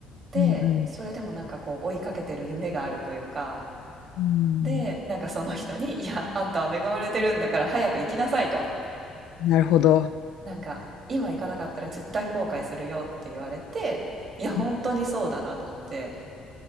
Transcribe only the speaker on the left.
うんうん
うん
なるほど。
う